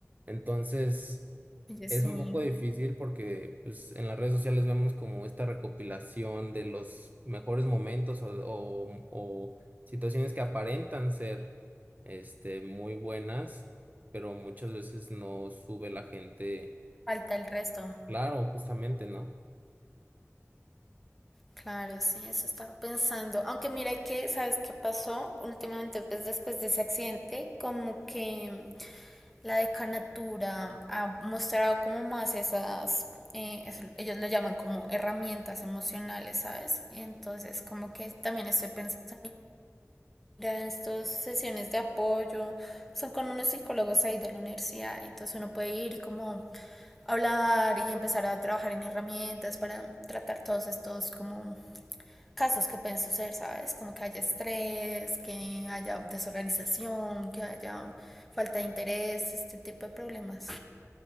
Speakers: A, on the right; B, in the centre.
A: Entonces, es
B: sí,
A: un poco difícil porque pues, en las redes sociales vemos como esta recopilación de los mejores momentos o, o- o situaciones que aparentan ser este, muy buenas, pero muchas veces no sube la gente,
B: falta el resto.
A: claro, justamente, ¿no?
B: Claro, sí, eso estaba pensando. Aunque mira que, ¿sabes qué pasó? Últimamente, pues después de ese accidente, como que la decanatura ha mostrado como más esas, eh, es- ellos lo llaman como herramientas emocionales, ¿sabes? Y entonces, como que también estoy pensando en estas sesiones de apoyo, son con unos psicólogos ahí de la universidad, y entonces uno puede ir y como hablar y empezar a trabajar en herramientas para tratar todos estos como casos que pueden suceder, ¿sabes? Como que haya estrés, que haya desorganización, que haya falta de interés, este tipo de problemas.